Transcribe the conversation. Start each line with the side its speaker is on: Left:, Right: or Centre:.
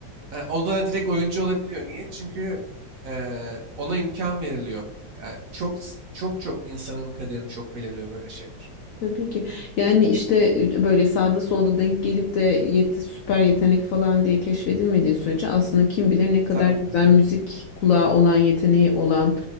Right: E, o da direkt oyuncu olabiliyor. Niye? Çünkü e, ona imkan veriliyor. Yani çok çok çok insanın kaderini çok belirliyor böyle şeyler.
Left: Tabii ki. Yani işte böyle sağda solda denk gelip de yet süper yetenek falan diye keşfedilmediği sürece aslında kim bilir ne kadar
Right: Tabii.
Left: güzel müzik kulağı olan, yeteneği olan